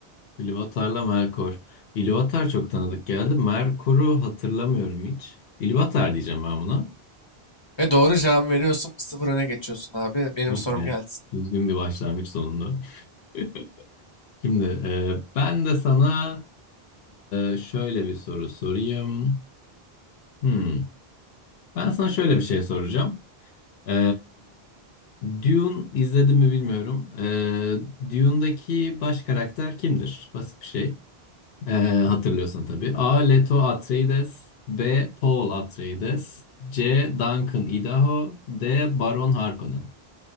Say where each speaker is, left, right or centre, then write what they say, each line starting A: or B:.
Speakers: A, on the left; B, on the left.
A: İlvatar'la Melkor. İlvatar çok tanıdık geldi. Merkor'u hatırlamıyorum hiç. İlvatar diyeceğim ben buna.
B: Ve doğru cevabı veriyorsun. Bir sıfır öne geçiyorsun abi. Benim
A: Oh
B: sorum
A: be.
B: gelsin.
A: Düzgün bir başlangıç sonunda. <laughs> Şimdi e, ben de sana e, şöyle bir soru sorayım. Hmm. Ben sana şöyle bir şey soracağım. E, Dune izledim mi bilmiyorum. E, Dune'daki baş karakter kimdir? Basit bir şey. Ee, hatırlıyorsun tabii. A. Leto Atreides B. Paul Atreides C. Duncan Idaho D. Baron Harkonnen